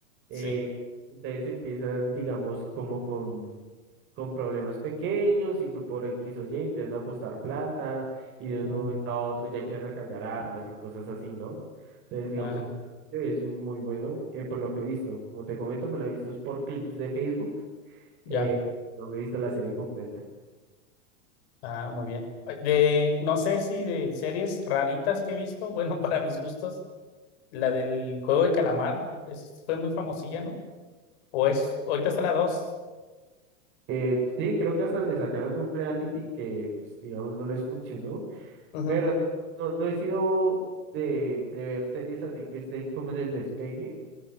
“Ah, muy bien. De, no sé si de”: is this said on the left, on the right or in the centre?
Left